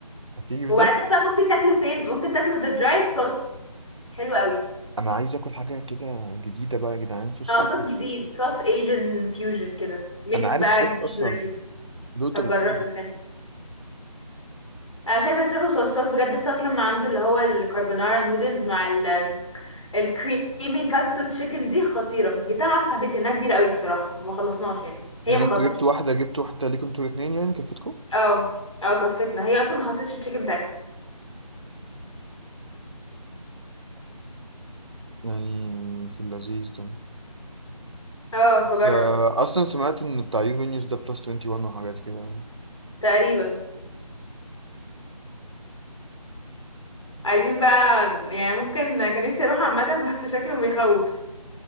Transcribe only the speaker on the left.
وبعدين
بقى ممكن تاكلوا فين ممكن تاكلوا ذا درايف صوص حلو قوي
اه
صوص جديد صوص ايجن فيوجن كده ميكس
بقى
جديد
غريب
طب
جربوا حلو. انا شايفه تروحوا صوصات بجد السمك لما عنده اللي هو الكاربونارا نودلز مع ال الكريمي كاتسو تشيكن دي خطيره جبت انا واحده صاحبتي انها كبيره قوي بصراحه وما خلصناش يعني
هي ما
خلصتش
اه اه كفتنا هي اصلا ما خلصتش التشيكن بتاعتها
اه
فجرب
تقريبا عايزين بقى يعني ممكن كان نفسي اروح عامه بس شكله بيخوف